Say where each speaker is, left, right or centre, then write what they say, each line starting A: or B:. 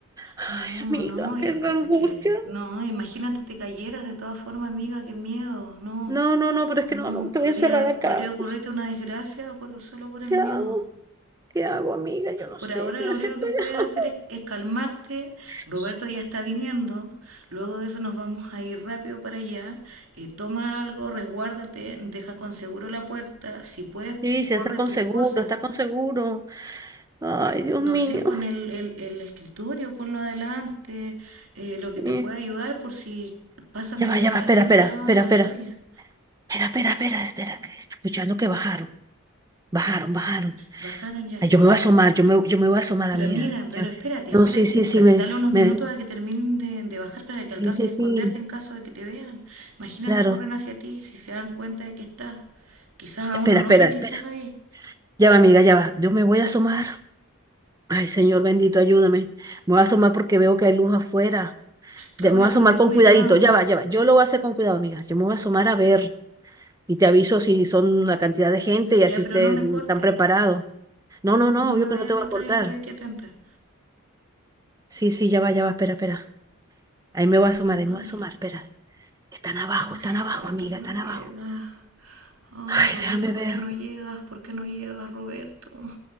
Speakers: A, on the right; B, on the right.
A: Ay,
B: No,
A: amiga,
B: no, y
A: qué
B: aparte
A: angustia.
B: que, no, imagínate te cayeras de todas formas, amiga, qué miedo, no,
A: No, no, no, pero es
B: no,
A: que no, no, estoy
B: podría,
A: encerrada acá.
B: podría ocurrirte una desgracia por, solo por el
A: ¿Qué
B: miedo.
A: hago? ¿Qué hago, amiga? Yo no
B: Por
A: sé,
B: ahora
A: estoy
B: lo
A: desesperada.
B: único que puedes hacer es, es calmarte,
A: <laughs>
B: Roberto ya está viniendo, luego de eso nos vamos a ir rápido para allá, eh, toma algo, resguárdate, deja con seguro la puerta, si puedes,
A: Sí, sí,
B: corre
A: está con
B: tus
A: seguro,
B: cosas,
A: está con seguro. Ay, Dios
B: no
A: mío.
B: sé, pon el, el, el escritorio, ponlo adelante, eh, lo que
A: Eh,
B: te pueda ayudar por si pasan
A: Ya
B: de
A: va,
B: la habitación
A: ya va, espera, espera,
B: de al lado
A: espera,
B: a la
A: espera,
B: tuya.
A: espera, espera, espera, espera, que estoy escuchando que bajaron, bajaron, bajaron.
B: Bajaron ya
A: Ay, yo
B: y...
A: me voy a asomar, yo me, yo me voy a asomar,
B: Pero
A: amiga.
B: amiga, pero
A: Yo-
B: espérate, espérate,
A: no, sí, sí, sí,
B: da-
A: me,
B: dale unos minutos
A: me,
B: a que terminen de, de bajar para que alcance
A: sí, sí,
B: a
A: sí,
B: esconderte en caso de que te vean. Imagínate,
A: claro.
B: corren hacia ti si se dan cuenta de que estás. Quizás aún
A: Espera,
B: no notan
A: espera, espera.
B: que estás ahí.
A: Ya va, amiga, ya va. Yo me voy a asomar. Ay, Señor bendito, ayúdame. Me voy a asomar porque veo que hay luz afuera.
B: Claudia,
A: De- me voy a asomar
B: pero ten
A: con
B: cuidado.
A: cuidadito. Ya va, ya va. Yo lo voy a hacer con cuidado, amiga. Yo me voy a asomar a ver y te aviso si son la cantidad de gente y
B: Ya,
A: así ustedes
B: pero no me
A: están
B: cortes.
A: preparados. No, no,
B: No,
A: no,
B: no
A: obvio
B: me
A: que
B: vayas
A: no te
B: a
A: voy
B: cortar,
A: a cortar.
B: yo estoy aquí atenta.
A: Sí, sí, ya va, ya va, espera, espera. Ahí me
B: Ay,
A: voy a asomar,
B: qué mal.
A: ahí me voy a asomar, espera. Están abajo, están
B: Ay,
A: abajo,
B: Roberto,
A: amiga,
B: que no
A: están
B: llega.
A: abajo.
B: Ay,
A: Ay,
B: Roberto,
A: déjame
B: ¿por
A: ver.
B: qué no llegas? ¿Por qué no llegas, Roberto?